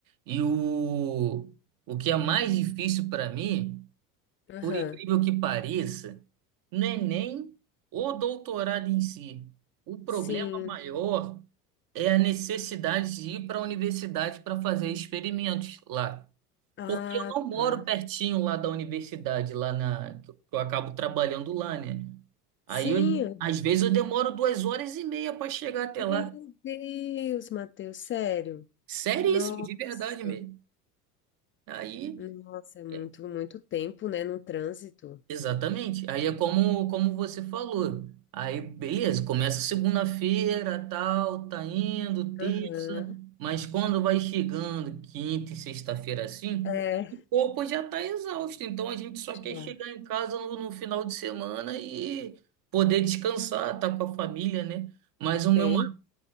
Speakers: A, on the right (about 45°); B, on the left (about 25°).
A: E o, o que é mais difícil para mim.
B: Aham.
A: Por incrível que pareça, não é nem o doutorado em si. O problema
B: Sim.
A: maior é a necessidade de ir para a universidade para fazer experimentos lá.
B: Ah,
A: Porque eu não moro
B: tá.
A: pertinho lá da universidade, lá na, que eu que eu acabo trabalhando lá, né? Aí,
B: Sim,
A: eu-
B: eu-
A: às vezes, eu demoro duas horas e meia para chegar até
B: meu
A: lá.
B: Deus, Matheus, sério.
A: Seríssimo,
B: Nossa,
A: de verdade mesmo. Aí.
B: nossa, é muito,
A: é,
B: muito tempo, né, no trânsito.
A: Exatamente. Aí é como, como você falou. Aí, beleza, começa segunda-feira, tal, tá indo, terça,
B: Aham,
A: mas quando vai chegando quinta e sexta-feira assim,
B: É,
A: o corpo já tá exausto. Então a gente só quer
B: já.
A: chegar em casa no, no final de semana e poder descansar, estar tá com a família, né? Mas o meu
B: Bem,
A: marido